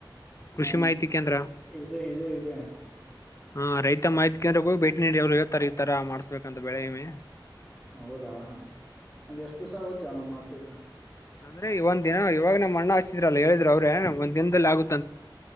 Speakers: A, in the centre; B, on the left (about 35°).
A: ಹ್ಞೂ
B: ಕೃಷಿ ಮಾಹಿತಿ ಕೇಂದ್ರ
A: ಇದೆ ಇದೆ ಇದೆ
B: ಹಾ ರೈತ ಮಾಹಿತಿ ಕಂದ್ರ ಹೋಗಿ ಭೇಟಿ ನೀಡಿ ಅವ್ರು ಹೇಳ್ತಾರೆ ತರ ಮಾಡ್ಸ್ಬೇಕಂತ ಬೆಳೆಯಮ್ಮೆ
A: ಹೌದಾ ಅಂದೆ ಎಷ್ಟ್ ದಿವ್ಸ ಆಗುತ್ತೆರು ಮಾಡ್ಸಕ್ಕ
B: ಅಂದ್ರೆ ಇ ಒಂದ್ ದಿನ ಇವಾಗ ನ್ ಅಣ್ಣ ಹಚ್ಚ್ಚಿದ್ರಲ್ಲ ಹೇಳಿದ್ ಅವ್ರೇ ಒಂದ್ ದಿನದಲ್ಲಿ ಆಗುತ್ತೆ